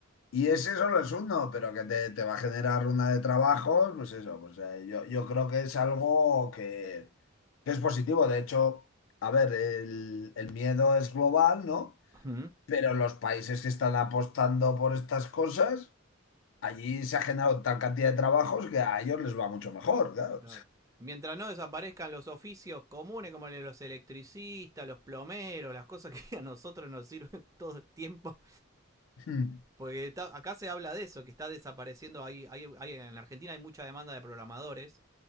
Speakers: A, on the left; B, on the right.
A: Y ese solo es uno, pero que te, te va a generar una de trabajos, pues eso, pues eh, yo, yo creo que es algo que, que es positivo. De hecho, a ver, el, el miedo es global, ¿no?
B: Uh-huh.
A: Pero los países que están apostando por estas cosas allí se ha generado tal cantidad de trabajos que a ellos les va mucho mejor, claro.
B: Claro. Mientras no desaparezcan los oficios comunes como los electricistas, los plomeros, las cosas que a nosotros nos sirven <laughs> todo el tiempo.
A: <laughs>
B: Porque está, acá se habla de eso, que está desapareciendo. Hay, hay, hay, en Argentina hay mucha demanda de programadores